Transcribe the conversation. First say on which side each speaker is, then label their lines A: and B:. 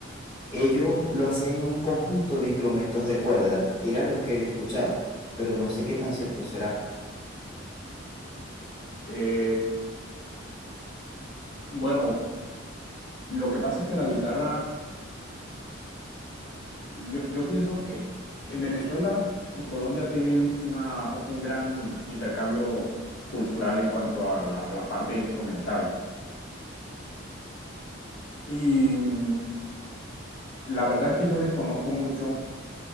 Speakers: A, on the left (about 25°); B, on the left (about 65°).
A: ellos lo hacían en un conjunto de instrumentos de cuerda, era lo que había escuchado, pero no sé qué tan cierto será.
B: eh, bueno, lo que pasa es que la guitarra Yo, yo pienso que en Venezuela y Colombia tienen una, un gran intercambio cultural en cuanto a la, a la parte instrumental. Y mm, la verdad es que yo desconozco mucho